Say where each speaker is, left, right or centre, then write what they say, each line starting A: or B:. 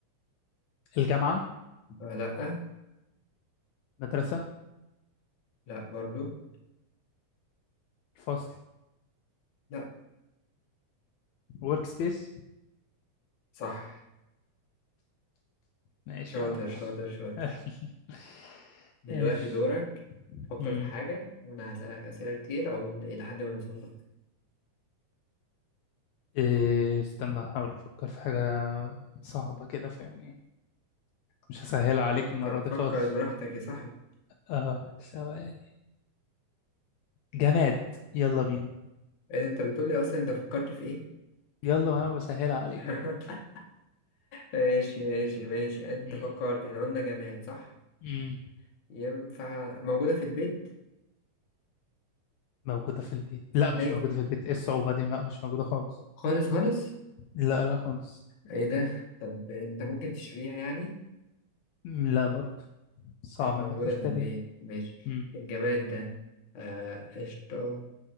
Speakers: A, on the left; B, on the left.
A: الجامعة
B: آه لأ
A: مدرسة
B: لأ برضو
A: الفصل
B: لأ
A: ورك سبيس
B: صح
A: ماشي
B: شاطر
A: يا عم
B: شاطر شاطر
A: <laughs>
B: دلوقتي
A: ماشي
B: دورك فكر
A: مم.
B: في حاجة وأنا هسألك أسئلة كتير أو إلى حد ما نوصل لها
A: إيه... استنى احاول افكر في حاجة صعبة كده فاهمني مش هسهلها عليك
B: فكر
A: المرة دي
B: فكر
A: خالص
B: براحتك يا صاحبي
A: اه ثواني جماد يلا بينا
B: إيه أنت بتقولي أصلا أنت فكرت في إيه؟
A: يلا وانا بسهلها عليك
B: <laughs>
A: اهو
B: ماشي ماشي ماشي أنت
A: مم.
B: فكرت إحنا قلنا جماد صح؟
A: مم.
B: ينفع موجودة في البيت؟
A: موجودة في البيت لا
B: ده
A: مش موجودة في البيت ايه الصعوبة دي لا مش موجودة خالص
B: خالص خالص
A: لا لا خالص
B: ايه ده طب انت ممكن تشتريها يعني
A: مم، لا برضه صعب
B: مش موجودة
A: انك تشتري
B: في البيت ماشي
A: مم.
B: الجماد ده آه، قشطة